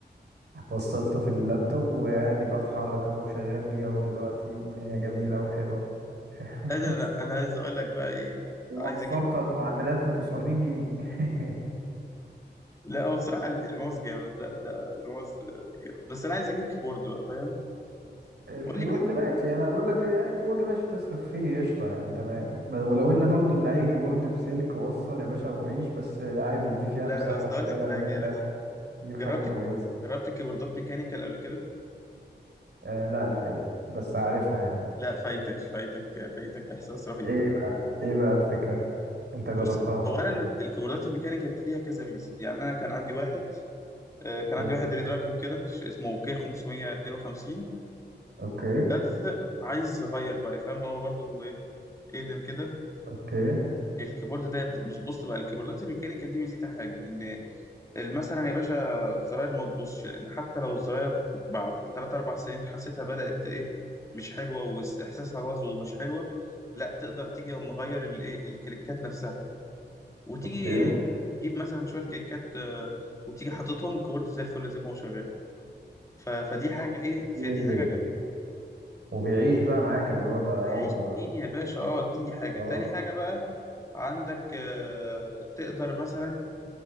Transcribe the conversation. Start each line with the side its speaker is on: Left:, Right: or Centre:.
Right: وصلته في اللابتوب وعادي بتحرك اهو شغال بيه اهو دلوقتي الدنيا جميله وحلوه <laughs>
Left: لا ده أنا أنا عايز أقول لك بقى إيه
Right: ووفرت
Left: عايز أجيب
Right: 4900 جنيه <laughs>
Left: لا هو بصراحة الماوس جامد لا ده الماوس جامد بس أنا عايز أجيب كيبورد بقى فاهم
Right: الكيبورد
Left: قول لي بالحق
Right: ماشي انا بقول لك يعني الكيبورد ماشي تصرف فيه قشطه يعني تمام ب- ولو ان برضو ان اي كيبورد بسلك وصل يا باشا وعيش بس عادي دي فيها
Left: لا
Right: مساحه
Left: لا بس
Right: شويه
Left: أقول لك حاجة
Right: لان انت
Left: يعني
Right: تجيب حاجه
Left: جربت
Right: كويسه
Left: جربت كيبوردات ميكانيكال قبل كده
Right: آه لا الحقيقة بس عارفها يعني
Left: لا فايتك فايتك فايتك إحساس رهيب
Right: ايه بقى ايه بقى الفكرة انت
Left: بص
Right: جربتها شكلك
Left: أولا الكيبوردات الميكانيكال دي ليها كذا ميزة يعني أنا كان عندي واحد آه، كان
Right: اوكي
Left: عندي واحد ريدراجون كده ش- اسمه كي 552
Right: اوكي
Left: بس عايز اغير بقى فاهم هو برضو ايه اقدم كده
Right: اوكي
Left: الكيبورد ده بص بص بقى الكيبوردات الميكانيكال دي ميزتها حاجه ان مثلا يا باشا الزراير ما تبصش لان حتى لو الزراير بعد 3 4 سنين حسيتها بدات ايه مش حلوه واحساسها باظ ومش حلوه لا تقدر تيجي مغير الايه الكليكات نفسها وتيجي
Right: اوكي
Left: تجيب مثلا شويه كليكات آه، وتيجي حاططهم الكيبورد زي الفل زي ما هو شغال ف- فدي حاجه ايه فدي
Right: اوكي
Left: حاجه جامده
Right: وبيعيش بقى معاك اللي هو ده عمر
Left: لا يعيش سنين
Right: بقى
Left: يا باشا اه دي حاجة
Right: اه
Left: تاني حاجة بقى عندك آه، تقدر مثلا